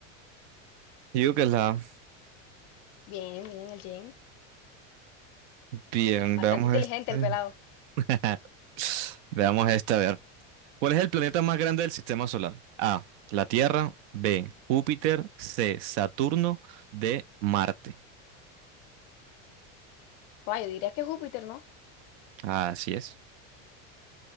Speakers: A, on the right (about 70°); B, on the left (about 45°).
A: Yo Digo que es la A.
B: Bien, bien, el yen.
A: Bien,
B: Bastante
A: veamos
B: inteligente
A: este.
B: el pelado.
A: <laughs> Veamos esta, a ver. ¿Cuál es el planeta más grande del sistema solar? A, la Tierra, B, Júpiter, C, Saturno, D, Marte.
B: Joder, yo diría que Júpiter, ¿no?
A: Así es.